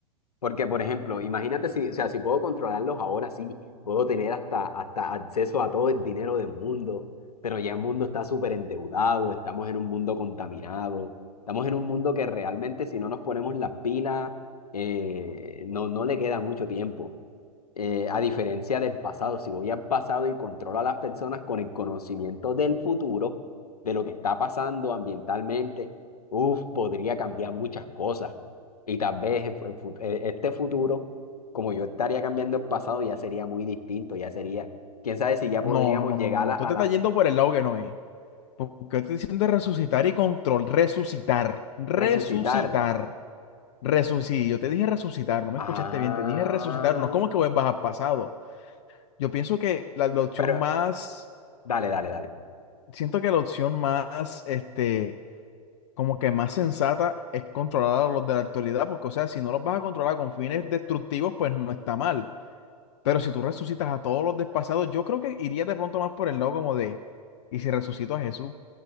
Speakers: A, on the left; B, on the left.
A: Porque, por ejemplo, imagínate si, o sea, si puedo controlarlos ahora sí, puedo tener hasta, hasta acceso a todo el dinero del mundo, pero ya el mundo está súper endeudado, estamos en un mundo contaminado, estamos en un mundo que realmente si no nos ponemos las pilas, eh, no, no le queda mucho tiempo. Eh, a diferencia del pasado, si voy al pasado y controlo a las personas con el conocimiento del futuro, de lo que está pasando ambientalmente, uf, podría cambiar muchas cosas. Y tal vez el fu- el fu- eh, este futuro, como yo estaría cambiando el pasado, ya sería muy distinto, ya sería, quién sabe si ya
B: No,
A: podríamos
B: no, no,
A: llegar
B: no, no, no.
A: a, a
B: Tú te
A: la
B: estás yendo por el lado que no es. Porque estoy diciendo resucitar y control. Resucitar. Resucitar.
A: resucitar.
B: Resucitar. Yo te dije resucitar, no me
A: Ah,
B: escuchaste bien. Te dije resucitar. No es como que vuelvas al pasado. Yo pienso que la, la opción
A: pero
B: más.
A: dale, dale, dale.
B: Siento que la opción más, este, como que más sensata es controlar a los de la actualidad, porque, o sea, si no los vas a controlar con fines destructivos, pues no está mal. Pero si tú resucitas a todos los del pasado, yo creo que iría de pronto más por el lado como de, ¿y si resucito a Jesús?